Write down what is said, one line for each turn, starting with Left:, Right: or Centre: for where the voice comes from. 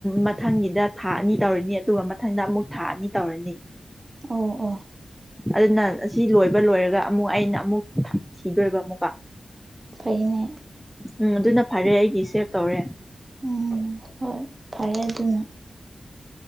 Centre: ꯃꯊꯪꯒꯤꯗ ꯊꯥ ꯑꯅꯤ ꯇꯧꯔꯅꯤ ꯑꯗꯨꯒ ꯃꯊꯪꯗ ꯑꯃꯨꯛ ꯊꯥ ꯑꯅꯤ ꯇꯧꯔꯅꯤ
Right: ꯑꯣ ꯑꯣ
Centre: ꯑꯗꯨꯅ ꯁꯤ ꯂꯣꯏꯕ ꯂꯣꯏꯔꯒ ꯑꯃꯨꯛ ꯑꯩꯅ ꯑꯃꯨꯛ ꯊꯤꯗꯣꯏꯕ ꯑꯃꯨꯛꯀ
Right: ꯐꯩꯅꯦ
Centre: ꯎꯝ ꯑꯗꯨꯅ ꯐꯔꯦ ꯑꯩꯒꯤ ꯁꯦꯞ ꯇꯧꯔꯦ
Right: ꯎꯝ ꯍꯣꯏ ꯄꯔꯦ ꯑꯗꯨ ꯑꯗꯨꯅ